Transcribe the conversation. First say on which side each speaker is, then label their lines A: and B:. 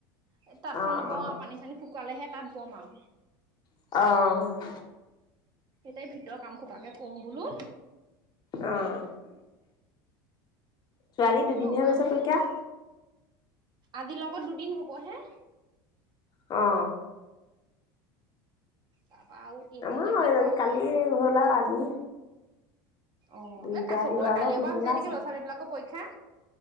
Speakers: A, on the right; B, on the left.
A: এ, তাত
B: অ
A: সাল নবওঁ
B: অ
A: আৰু পানী চানি শুকালেহে তাত ব'ম আৰু।
B: অ'।
A: এতিয়া ভিতৰৰ কাম সোপাকে কৰোঁ বোলো।
B: অ'। ছোৱালী দুদিনহে
A: উপায়ো
B: গৈছে পৰীক্ষা
A: নাই নহয়। আজিৰ লগত দুদিন হ'বহে।
B: অ।
A: <unintelligible>
B: আমাৰো
A: থাকিব
B: এইজনী
A: আৰু
B: কালিয়ে গ'ল আৰু আজি
A: অ,
B: দুইটা
A: এই চবৰে
B: ল'ৰা
A: কালিৰ
B: বাৰু পিছবেলা
A: পৰা হৈছে নেকি,
B: আছে
A: ল'ৰা-ছোৱালী বিলাকৰ পৰীক্ষা!